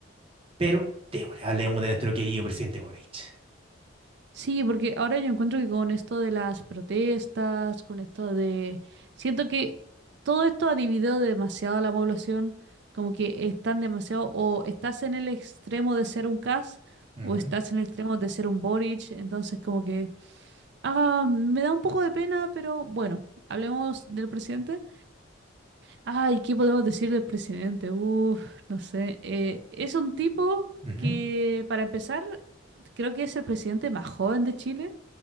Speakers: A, on the right; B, on the right.
A: Pero, démosle, hablemos de nuestro querido presidente Boric.
B: Sí, porque ahora yo encuentro que con esto de las protestas, con esto de... Siento que todo esto ha dividido demasiado a la población, como que están demasiado, o estás en el extremo de ser un CAS,
A: Ujú.
B: o estás en el extremo de ser un Boric, entonces como que... Ah, me da un poco de pena, pero bueno, hablemos del presidente. Ay, ¿qué podemos decir del presidente? Uf, no sé. Eh, es un tipo
A: Ujú.
B: que, para empezar, creo que es el presidente más joven de Chile.